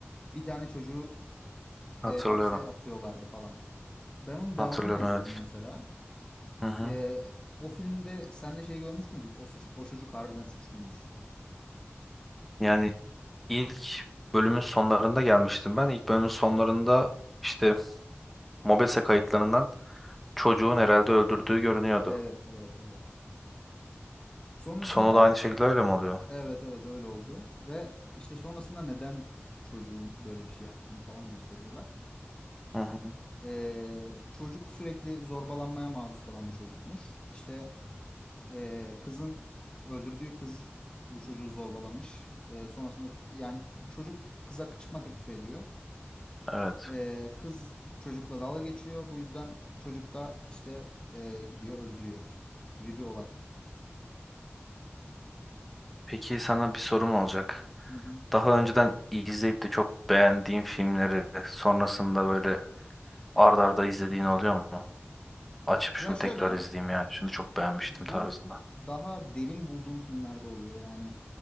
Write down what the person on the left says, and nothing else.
bir tane çocuğu
e, hapse atıyorlardı falan. Ben onun devamını
da izledim
mesela.
E, o filmde senle şey görmüş müydük? O, suç, o çocuk harbiden suçluymuş.
Evet, evet, evet. Sonrasında
evet evet öyle oldu ve işte sonrasında neden çocuğun böyle bir şey yaptığını falan gösteriyorlar.
E, çocuk sürekli zorbalanmaya maruz kalan bir çocukmuş. İşte Ee, kızın öldürdüğü kız bu çocuğu zorbalamış. Ee, sonrasında ç- yani çocuk kıza çıkma teklif ediyor.
Ee, kız çocukla dalga geçiyor. Bu yüzden çocuk da işte e, gidiyor öldürüyor gibi bir olay.
Hı hı.
Ya şöyle
bu
daha derin bulduğum filmlerde oluyor. Yani